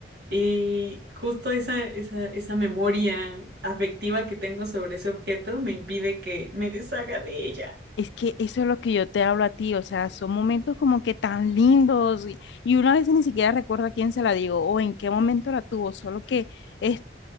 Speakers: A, on the right (about 70°); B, on the left (about 75°).
A: Y justo esa, esa, esa memoria afectiva que tengo sobre ese objeto me impide que me deshaga de ella.
B: Es que eso es lo que yo te hablo a ti, o sea, son momentos como que tan lindos y, y uno a veces ni siquiera recuerda a quién se la digo o en qué momento la tuvo, solo que es,